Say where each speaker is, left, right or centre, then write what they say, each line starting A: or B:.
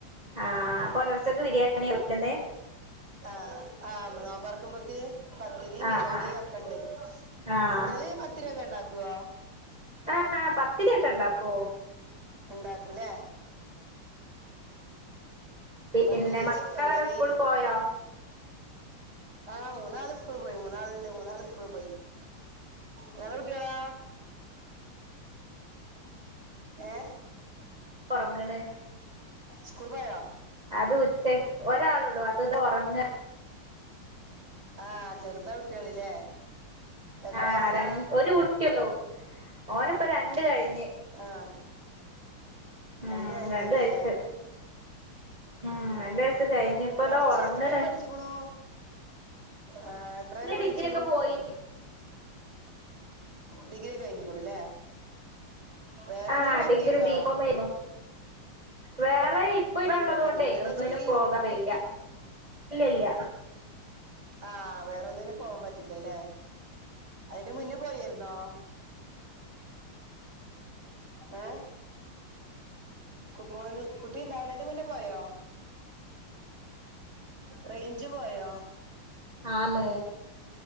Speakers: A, on the right (about 15°); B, on the right (about 50°).
A: ആഹ് പൊലർച്ചയ്ക്ക് ബിരിയാണിയ വെക്കുന്നെ
B: ആഹ് ആഹ് നോബൊർക്കുമ്പോക്ക് പത്തിരിയും
A: ആഹ്
B: ബിരിയാണിയ
A: ആഹ്
B: ഒക്കെ ഇണ്ട്
A: ആഹ്
B: നിങ്ങള് പത്തി രൂപൊക്കെ ഉണ്ടാക്കുവോ
A: ആഹ പത്തിനൊക്കെ ഇണ്ടാക്കോ
B: ഉണ്ടാക്കൂലേ
A: പിന്നെ
B: പത്തിരി
A: മക്കളൊക്കെ
B: ചിക്കൻ കറി
A: സ്കൂള് പോയോ
B: ആഹ മൂന്നാല് സ്കൂൾ പോയി മൂന്നാൽണ്ട് മൂന്നാല് സ്കൂൾ പോയി ങ്ങള കുട്ടികളാ ഏ
A: കൊറങ്ങണ്
B: സ്കൂൾ പോയോ
A: അത് ഉച്ചക്ക് ഒരാളള്ളു അത് ഇത് ഉറങ്ങാ
B: ആഹ് ചെറുത കുട്ടികളില്ലേ എത്ര
A: ആഹ
B: വയസാ
A: ര ഒരു കുട്ടിയള്ളൂ ഓന ഇപ്പോ രണ്ട കഴി
B: ആഹ
A: ഉം
B: രണ്ട വയസ
A: രണ്ട്
B: കഴഞ്ഞല്ലേ
A: വയസ്സ് ഉം എന്റെസ് കഴഞ്ഞ ഇപ്പതാ
B: പഠിച്ച്
A: ഉറങ്ങണ
B: എത്ര വരെ പഠിച്ചിക്കുണു ആ എത്ര പേരെ പഠിച്ചു
A: ഡിഗ്രി ഒക്കെ പോയി
B: ഡിഗ്രിയ കഴിഞ്ഞിക്ക്ണുലെ വേറെന്തേിലും
A: ആഹ്
B: വർക്ക്
A: ഡിഗ്രി
B: ചെയ്യണ്ടോ
A: ബികോം ആയിരുന്നു വേറെ ഇപ്പ ഇപ്പ
B: ബികോം
A: ഉള്ളത
B: ആയിരുന്നു
A: കൊണ്ടേ
B: ഇങ്ങട്ട് എന്തേലും
A: ഒന്നിനും
B: ജോലി
A: പോകാൻ വയ്യ ഇല്ല
B: ആഹ വേറൊന്നിനും പോവാൻ പറ്റില്ലല്ലേ അതിന്റെ മുന്നേ പോയിരുന്നോ
A: അം
B: ഏ മോൻ കുട്ടിന്താണ് മുന്ന പോയോ റേഞ്ച് പോയോ
A: ആല്